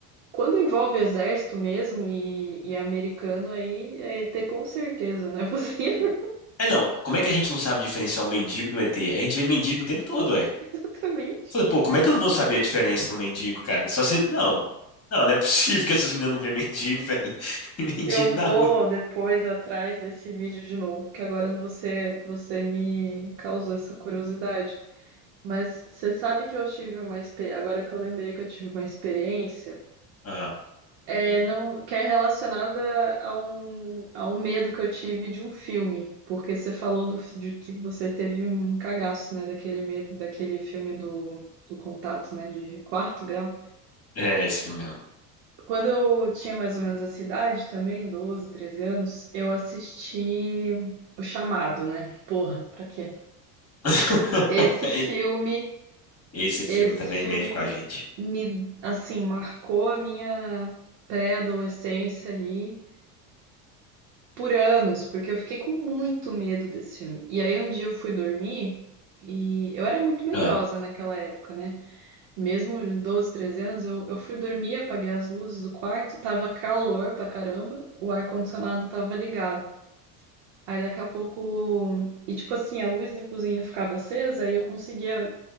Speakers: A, on the right (about 65°); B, on the left (about 30°).
A: quando envolve exército mesmo e, e americano, aí é ET com certeza, não é possível.
B: É não, como é que a gente não sabe diferenciar um mendigo do ET? A gente vê mendigo o tempo todo, ué.
A: <laughs>
B: Falei,
A: Exatamente.
B: pô, como é que eu não vou saber a diferença do mendigo, cara? Só se. Não, não, não é possível que essas meninas não vejam mendigo, velho. <laughs> Mendigo
A: Eu vou
B: na rua.
A: depois atrás desse vídeo de novo, que agora você você me causou essa curiosidade. Mas você sabe que eu tive uma experiência, agora que eu lembrei que eu tive uma experiência,
B: Ah,
A: é não que é relacionada a um, a um medo que eu tive de um filme, porque você falou do, f- de que você teve um cagaço, né, daquele medo, daquele filme do, do contato, né, de quarto grau.
B: é esse filme mesmo.
A: Quando eu tinha mais ou menos essa idade também, 12, 13 anos, eu assisti O Chamado, né? Porra, pra quê?
B: <laughs>
A: Esse filme,
B: Esse filme
A: esse
B: também
A: filme
B: mexe com a gente.
A: me, assim, marcou a minha pré-adolescência ali por anos, porque eu fiquei com muito medo desse filme. E aí um dia eu fui dormir e eu era muito medrosa
B: Ah,
A: naquela época, né? Mesmo em 12, 13 anos, eu, eu fui dormir, apaguei as luzes do quarto, tava calor pra caramba, o ar-condicionado tava ligado. Aí daqui a pouco. E tipo assim, a luz da cozinha ficava acesa, aí eu conseguia,